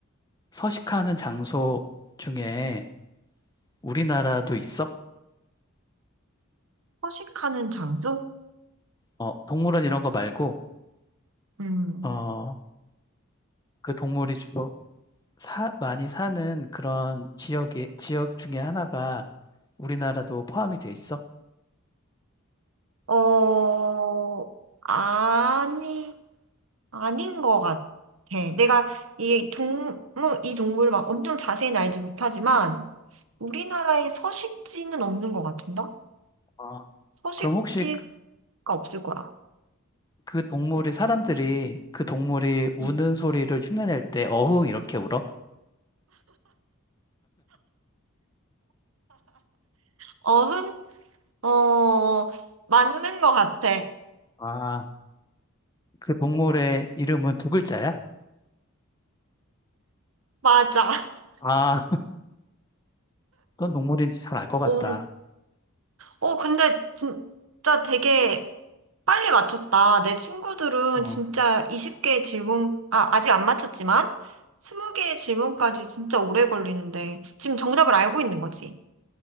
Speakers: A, on the left; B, on the right.
A: 서식하는 장소 중에 우리나라도 있어?
B: 허식하는 장소?
A: 어, 동물원 이런 거 말고
B: 음.
A: 어, 그 동물이 주로 사, 많이 사는 그런 지역의 지역 중에 하나가 우리나라도 포함이 돼 있어?
B: 어, 아니. 아닌 것 같아. 내가 이 동물, 이 동물을 막 엄청 자세히 알지 못하지만 우리나라에 서식지는 없는 것 같은다?
A: 아.
B: 서식지가
A: 그럼 혹시
B: 없을 거야.
A: 그 동물이 사람들이 그 동물이 우는
B: 음.
A: 소리를 흉내낼 때 어흥 이렇게 울어?
B: 어흥? 어, 맞는 것 같아.
A: 아, 그 동물의 이름은 두 글자야?
B: 맞아. <laughs>
A: 아, 어떤 동물인지 잘 알 것 같다.
B: 오, 어, 근데 진짜 되게 빨리 맞췄다. 내 친구들은
A: 어,
B: 진짜 20개의 질문, 아, 아직 안 맞췄지만 20개의 질문까지 진짜 오래 걸리는데 지금 정답을 알고 있는 거지.